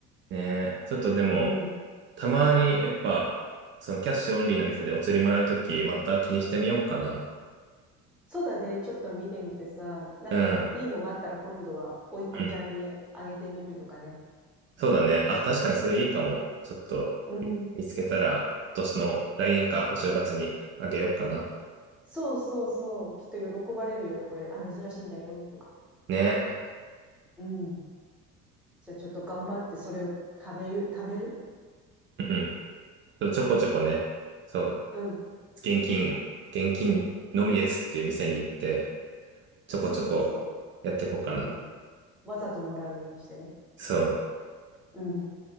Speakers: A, on the right (about 30°); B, in the centre.
A: ね、ちょっとでも、
B: うん。
A: たまに、やっぱ、そのキャッシュオンリーの店でお釣りもらうとき、また気にしてみようかな。
B: そうだね。ちょっと見てみてさ、なんかいいのがあったら今度は、
A: うん。
B: 甥っ子ちゃんにあげてみるとかね。
A: うん。そうだね。あ、確かにそれいいかも。ちょっと、
B: うん。
A: 見つけたら、今年の来年か、お正月にあげようかな。
B: そうそうそう。きっと喜ばれるよ。これ、あ、珍しいんだよ。とか。
A: ね。
B: うん。じゃあちょっと頑張ってそれを貯めゆ、貯める
A: うん。ちょっとちょこちょこね、そう、
B: うん。
A: 現金、現金のみですっていう店に行って、ちょこちょこ
B: そうそうそ
A: やっていこうかな。
B: う。うん。わざともらうようにしてね。
A: そう。
B: うん。